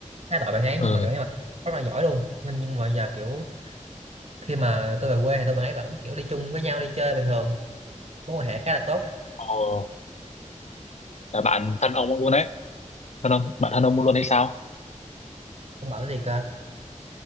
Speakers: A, on the right (about 55°); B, on the left (about 60°).
A: khá tội bạn ấy nhưng
B: ừ
A: mà bạn ấy mà rất là giỏi luôn nên nhưng mà giờ kiểu khi mà tôi về quê thì tôi bạn ấy vẫn kiểu đi chung với nhau đi chơi bình thường mối quan hệ khá là tốt
B: ồ là bạn thân ông luôn đấy thân ông bạn thân ông luôn hay sao
A: ông bảo cái gì cơ